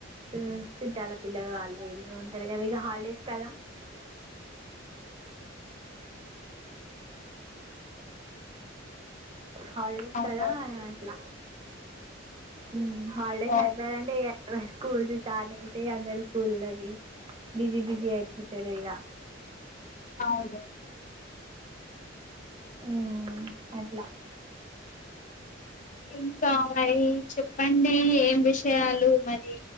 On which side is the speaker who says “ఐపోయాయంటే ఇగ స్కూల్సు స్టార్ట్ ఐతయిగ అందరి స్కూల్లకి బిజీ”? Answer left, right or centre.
Right